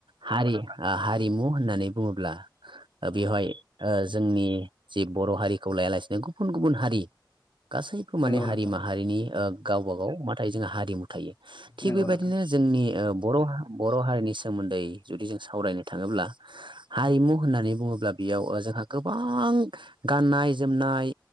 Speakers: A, on the right (about 80°); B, on the left (about 40°).
A: हारि आ हारिमु होननानै बुङोब्ला बेवहाय ओ जोंनि जि बर' हारिखौ लायालासेनो गुबुन गुबुन हारि गासैबो माने
B: नंगौ
A: हारि-माहारिनि
B: नोंथां
A: ओ गावबा गाव माथायो जों हारिमु थायो। थिग
B: नंगौ
A: बे बायदिनो
B: नोंथां
A: जोंनि ओ बर'- बर' हारिनि सोमोन्दै जुदि जों सावरायनो थाङोब्ला, हारिमु होननानै बुङोब्ला बेयाव जोंहा गोबां गाननाय, जोमनाय,